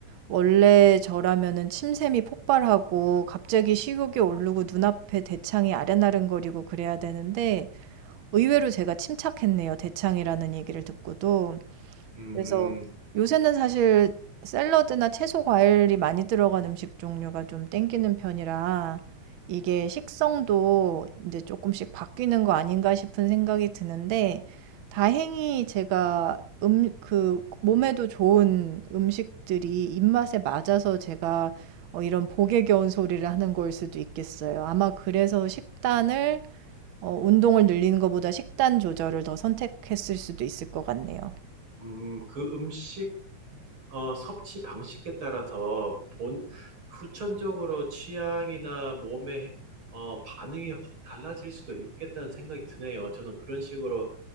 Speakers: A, on the right; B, on the right.
A: 원래 저라면은 침샘이 폭발하고 갑자기 식욕이 오르고 눈앞에 대창이 아른아른거리고 그래야 되는데 의외로 제가 침착했네요. 대창이라는 얘기를 듣고도.
B: 음,
A: 그래서 요새는 사실 샐러드나 채소 과일이 많이 들어간 음식 종류가 좀 땡기는 편이라 이게 식성도 이제 조금씩 바뀌는 거 아닌가 싶은 생각이 드는데 다행히 제가 음, 그 몸에도 좋은 음식들이 입맛에 맞아서 제가 어, 이런 복에 겨운 소리를 하는 걸 수도 있겠어요. 아마 그래서 식단을 어, 운동을 늘리는 것보다 식단 조절을 더 선택했을 수도 있을 것 같네요.
B: 음, 그 음식, 어, 섭취 방식에 따라서 본, 후천적으로 취향이나 몸의 어, 반응이 확 달라질 수도 있겠다는 생각이 드네요. 저는 그런 식으로